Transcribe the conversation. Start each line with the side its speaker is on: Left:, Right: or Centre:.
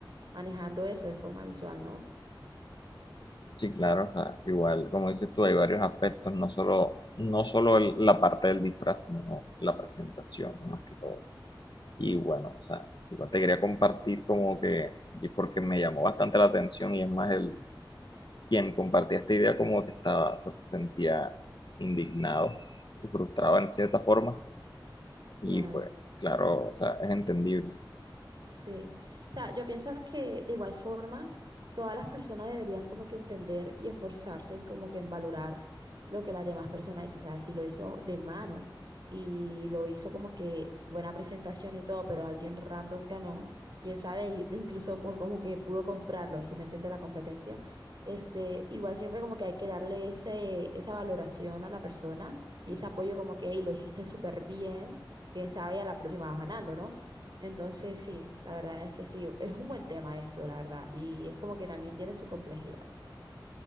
Right: manejando eso de forma visual, ¿no?
Left: Sí, claro, o sea, igual, como dices tú, hay varios aspectos, no solo, no solo el- la parte del disfraz, sino la presentación, más que todo. Y bueno, o sea, igual te quería compartir como que, y porque me llamó bastante la atención y es más el quien compartía esta idea como que estaba, o sea, se sentía indignado y frustrado en cierta forma. Y
Right: Claro.
Left: pues, claro, o sea, es entendible.
Right: Sí, o sea, yo pienso que de igual forma todas las personas deberían como que entender y esforzarse en como que en valorar lo que las demás personas hizo, o sea, si lo hizo de mano y lo hizo como que buena presentación y todo, pero alguien random ganó, quién sabe, y- <laughs> de incluso pues como que pudo comprarlo, si me entiende la competencia, este, igual siempre como que hay que darle ese, esa valoración a la persona y ese apoyo como que, "Ey, lo hiciste súper bien, quién sabe, y a la próxima vas ganando, ¿no? Entonces, sí, la verdad es que sí, es un buen tema esto, la verdad, y es como que también tiene su complejidad.